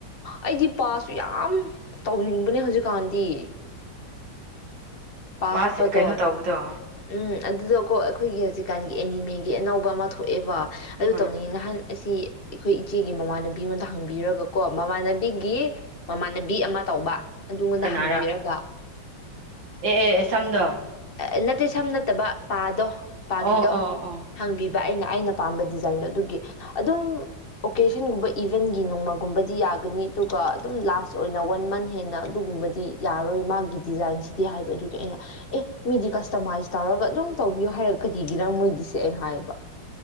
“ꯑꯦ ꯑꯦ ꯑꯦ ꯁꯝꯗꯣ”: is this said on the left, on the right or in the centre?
Right